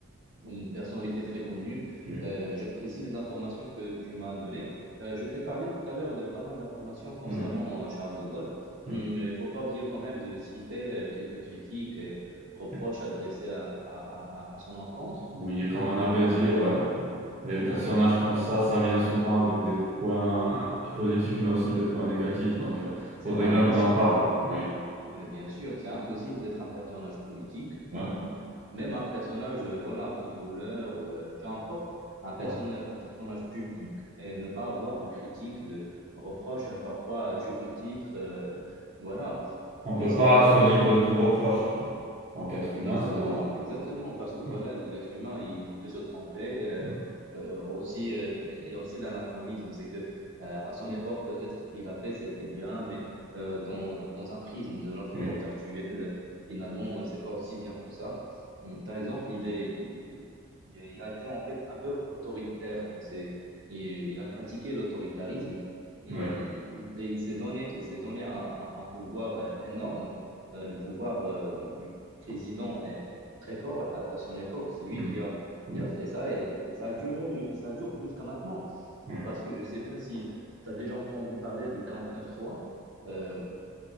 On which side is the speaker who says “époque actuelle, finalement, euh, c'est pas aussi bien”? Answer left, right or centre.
Right